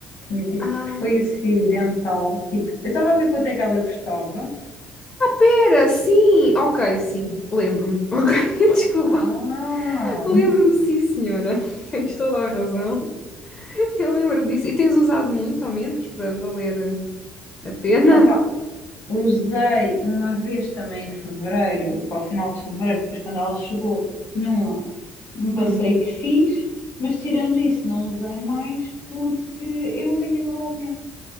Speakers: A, on the left; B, on the left.
A: tinha tipo
B: Ah,
A: que foi acidental. Tipo, eu estava a ver quanto é que ela custava.
B: era, sim. Ok, sim, lembro-me. Ok, <laughs> desculpa.
A: Ah,
B: Lembro-me, sim, senhora. <laughs> Tens toda a razão. Eu lembro-me disso. E tens usado muito, ao menos, para valer a pena?
A: opá, usei uma vez também em fevereiro, para o final de fevereiro, depois quando ela chegou, numa, num passeio
B: Hum.
A: que fiz, mas tirando isso, não usei mais porque eu não tenho ido a lado nenhum.